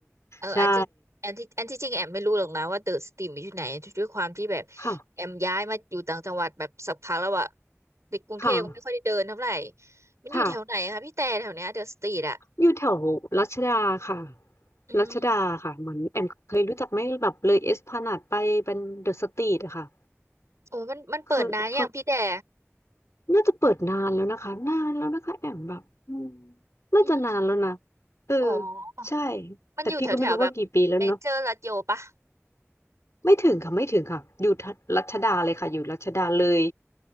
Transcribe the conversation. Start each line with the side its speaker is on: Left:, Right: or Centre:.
Right: เอออันที่อันที่อันที่จริงแอมไม่รู้หรอกนะว่าเดอะสตรีมอยู่ที่ไหนด้วยความที่แบบ
Left: ใช่ค่ะ
Right: แอมย้ายมาอยู่ต่างจังหวัดแบบสักพักแล้วอะในกรุงเทพก็ไม่ค่อยได้เดินเท่าไหร่
Left: ค่ะ
Right: มันอยู่แถวไหนคะพี่แต่แถวเนี้ยเดอะสตรีทอะ
Left: ค่ะอยู่แถวรัชดาค่ะ
Right: อืม
Left: รัชดาค่ะเหมือนแอมเคยรู้จักไหมแบบเลยเอสพลานาดไปเป็นเดอะสตรีทอะค่ะ
Right: โอ้มันมันเปิดนานยังพี่แต่
Left: คือค น่าจะเปิดนานแล้วนะคะนานแล้วนะคะแอมแบบอืมน่าจะนานแล้วนะ
Right: อืม
Left: เออ
Right: อ๋อ
Left: ใช่
Right: มันอยู่แถวแถวแบบเมเจอร์ลัชโยปะ
Left: แต่พี่ก็ไม่รู้ว่ากี่ปีแล้วเนาะไม่ถึงค่ะไม่ถึงค่ะอยู่ทัรัชดาเลยค่ะอยู่รัชดาเลย